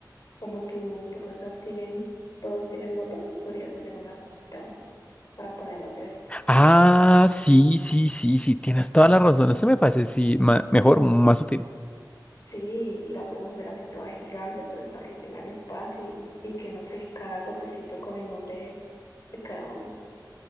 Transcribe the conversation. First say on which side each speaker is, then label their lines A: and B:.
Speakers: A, on the left; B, on the left.
A: como tu, tu casa tienen, todos tienen moto, pues podrías hacer una cosita un- para poner las llavecitas. ta,
B: Ah,
A: ta, ta, ta.
B: sí, sí, sí, sí, tienes toda la razón. Eso me parece, sí, ma- mejor, más útil.
A: Sí, y la puedes hacer así toda gigante, pero para que tengan espacio y, y que no sé, cada topecito con el nombre de, de cada hombre,